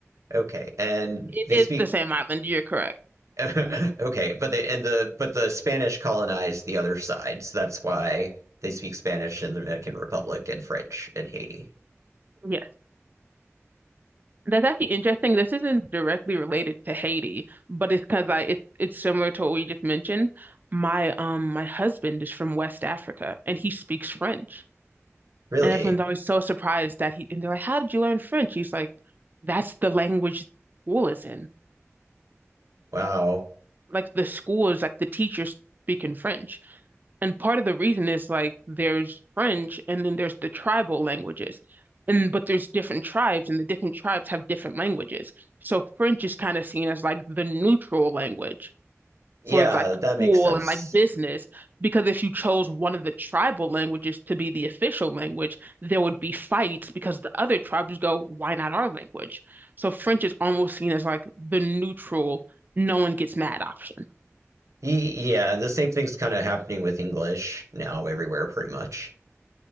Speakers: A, on the right; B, on the right.
A: okay. And
B: It
A: they
B: is
A: speak
B: the same island, you're correct.
A: <laughs> okay, but the and the but the Spanish colonized the other side, so that's why they speak Spanish in the Dominican Republic and French in Haiti.
B: Yes. That's actually interesting. This isn't directly related to Haiti, but it's because I it, it's similar to what we just mentioned. My um my husband is from West Africa and he speaks French.
A: Really?
B: And everyone's always so surprised that he, and they're like, How did you learn French? He's like, That's the language school is in.
A: Wow.
B: Like, the school is like the teachers speaking French. And part of the reason is like there's French and then there's the tribal languages. And but there's different tribes, and the different tribes have different languages. So French is kind of seen as like the neutral language.
A: Yeah,
B: for like
A: that
B: school
A: makes sense.
B: and like business, because if you chose one of the tribal languages to be the official language, there would be fights because the other tribes go, why not our language? So French is almost seen as like the neutral, no one gets mad option.
A: Y- Yeah, and the same thing's kind of happening with English now everywhere, pretty much,